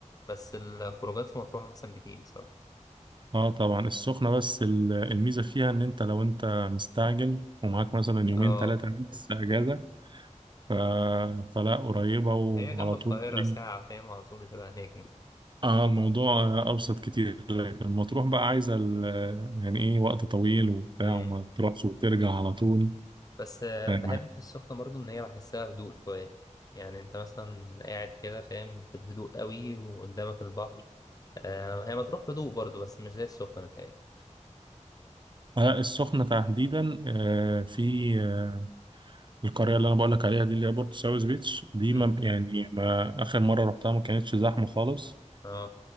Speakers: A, on the left; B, on the right.
A: بس الخروجات في مطروح أحسن بكتير بصراحة
B: اه طبعا السخنة بس ال- الميزة فيها ان انت لو انت مستعجل ومعاك مثلا يومين
A: اه
B: ثلاثة بس اجازة ف... فلا قريبة وعلى
A: هي جنب القاهرة
B: طول تيجي.
A: ساعة فاهم على طول بتبقى هناك يعني
B: اه الموضوع آه، ابسط كتير لكن المطروح بقى عايزة ال... يعني ايه وقت طويل وبتاع
A: مم.
B: وما تروحش وترجع على طول
A: بس آه
B: آه،
A: بحب في السخنة برضو إن هي بحسها هدوء شوية يعني أنت مثلا قاعد كده فاهم في الهدوء قوي وقدامك البحر آه هي مطروح هدوء برضو بس مش زي السخنة متهيألي
B: آه، السخنة تحديدا آه، في آه، القرية اللي أنا بقول لك عليها دي اللي هي بورتو ساوث بيتش دي
A: مم.
B: ما يعني ما آخر مرة رحتها ما كانتش زحمة خالص
A: اه